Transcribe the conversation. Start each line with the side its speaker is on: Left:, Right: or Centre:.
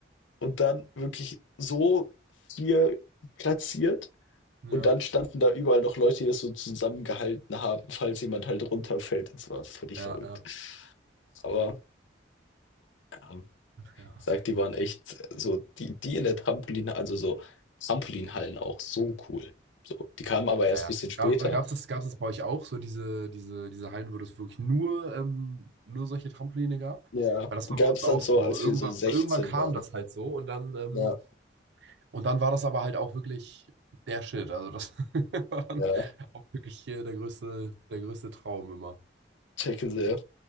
Left: und dann wirklich so hier platziert
Right: ja.
Left: und dann standen da überall noch Leute, die das so zusammengehalten haben, falls jemand halt runterfällt. Das war völlig
Right: Ja,
Left: verrückt.
Right: ja,
Left: Aber ja
Right: ja.
Left: sagt die waren echt so die die in der Trampolin also, so Trampolinhallen auch so cool. So, die kamen aber
Right: Ja,
Left: erst ein bisschen
Right: ja.
Left: später.
Right: Gab, gab's das, gab's das bei euch auch, so diese, diese, diese Hallen, wo es wirklich nur, ähm, nur solche Trampoline gab?
Left: Ja,
Right: Weil das
Left: die
Right: war
Left: gab
Right: bei uns
Left: es dann
Right: auch
Left: so,
Right: so.
Left: als
Right: Irgendwann,
Left: wir so 16
Right: irgendwann kam
Left: waren.
Right: das halt so und dann, ähm,
Left: Ja,
Right: und dann war das aber halt auch wirklich der Shit. Also das <laughs> war dann
Left: ja,
Right: auch wirklich hier der größte, der größte Traum immer.
Left: checke sehr.